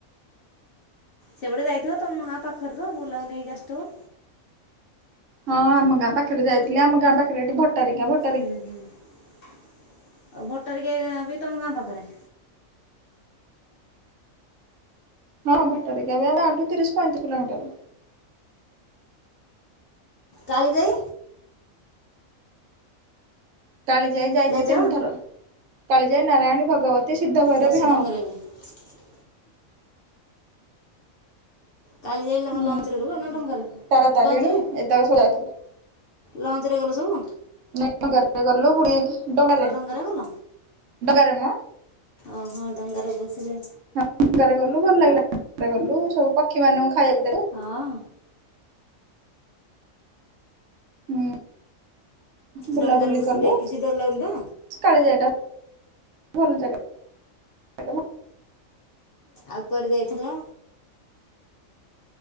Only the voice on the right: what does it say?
ହଁ ଆମ ଗାଁ ପାଖରେ ଯାଇଥିଲି। ଆମ ଗାଁ ପାଖରେ ଏଠି ଭଟାରିକା ଭ
ହଁ ଭଟରିକା ବି ଆମ ଗାଁଠୁ ତିରିଶ ପଇଁତିରିଶ କିଲୋମିଟର।
କାଳିଜାଇ ଯାଇଚି
ତିନି ଥର, କାଳିଜାଇ, ନାରାୟଣୀ, ଭଗବତୀ, ସିଦ୍ଧ ଭୈରବି
ହଁ।
ହୁଁ
ତାରା ତାରିଣୀ
ଏତକ ସବୁ ଯାଇଥିଲି
ନାଇଁ ଡଙ୍ଗାରେ ଗଲୁ ବୁଲିକି ଡଙ୍ଗାରେ,
ଡଙ୍ଗାରେ ମ
ଡଙ୍ଗାରେ ଗଲୁ ଭଲ ଲାଗିଲା <unintelligible> ସବୁ ପକ୍ଷୀ ମାନଙ୍କୁ ଖାଇବାକୁ ଦେଲୁ।
ହୁଁ। ବୁଲାବୁଲି
କଲୁ
କାଳିଜାଇ ଟା ଭଲ ଜାଗା ହେଟାମ